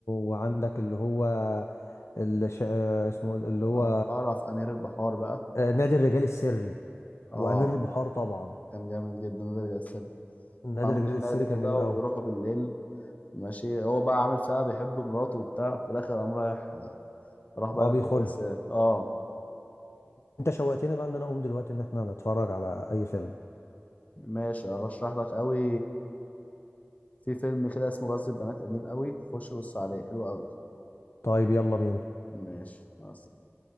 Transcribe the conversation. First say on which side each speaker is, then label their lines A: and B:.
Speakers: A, on the left; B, on the left.
A: وعندك اللي هو الش... آه، اسمه إيه ده؟ اللي هو
B: لو تعرف امير البحار بقى
A: آه، نادي الرجال السري
B: اه
A: وامير البحار طبعا
B: كان جامد جدا ده رجع السينما
A: نادي
B: عاملين
A: الرجال السري
B: نادي كده
A: كان جميل
B: وبيروحوا
A: قوي
B: بالليل ماشي هو بقى عامل فيها بيحب مراته وبتاع في الاخر قام رايح راح بقى
A: اه
B: نادي
A: بيخونها
B: بس اه
A: انت شوقتني بقى ان انا اقوم دلوقتي ان احنا نتفرج على اي فيلم
B: ماشي ارشح لك قوي في فيلم كده اسمه غزل البنات قديم قوي خش بص عليه حلو قوي
A: طيب يلا بينا
B: ماشي مع السلامة.